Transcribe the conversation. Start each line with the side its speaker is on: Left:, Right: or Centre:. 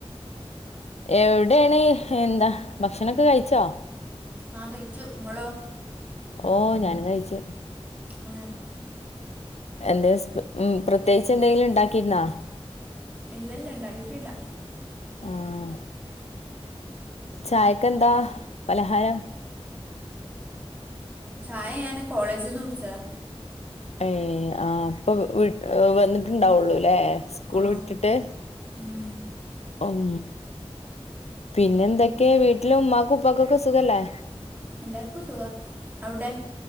Left: എവിടെയാണ് എന്താ ഭക്ഷണൊക്കെ കഴിച്ചോ?
Right: ആഹ് കയിച്ചു. ഇങ്ങളോ?
Left: ഓ ഞാനും കയിച്ചു.
Right: ആ
Left: എന്താ സ്പ ഉമ് പ്രത്യേകിച്ച് എന്തെങ്കിലും ഇണ്ടാക്കിരുന്നോ
Right: ഇല്ലല്ല ഇണ്ടാക്കിട്ടില്ല
Left: ആഹ്. ചായക്കെന്താ പലഹാരം?
Right: ചായ ഞാന് കോളേജിന്ന് കുടിച്ചതാ.
Left: ഏഹ് ആഹ് അപ്പൊ വീ വന്നിട്ടുണ്ടാവുള്ളു ല്ലേ. സ്കൂള്
Right: ആ
Left: വിട്ടിട്ട്.
Right: ഉം
Left: ഉം പിന്നെ എന്തൊക്കെ വീട്ടില ഉമ്മാക്ക ഉപ്പക്കൊക്കെ സുഖല്ലേ?
Right: എല്ലാർക്കു സുഖ അവിടെ